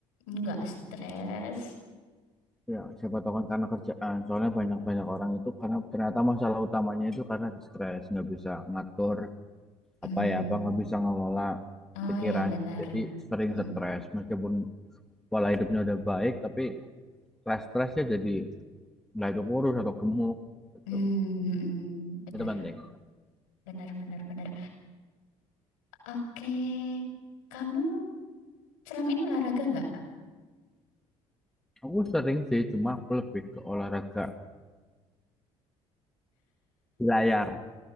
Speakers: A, on the left (about 70°); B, in the centre.
A: nggak stres
B: Ya, siapa tahu kan karena kerjaan. Soalnya banyak-banyak orang itu karena ternyata masalah utamanya itu karena di stres, nggak bisa ngatur
A: Mm.
B: apa ya apa, nggak bisa ngelola
A: Oh
B: pikiran.
A: ya benar
B: Jadi sering
A: Mm-mm.
B: stres meskipun pola hidupnya udah baik, tapi stres-stresnya jadi Nah itu kurus atau gemuk gitu.
A: Mm-mm. Benar
B: Itu penting.
A: benar benar benar Oke kamu selama ini olahraga nggak
B: Aku sering sih, cuma aku lebih ke olahraga di layar.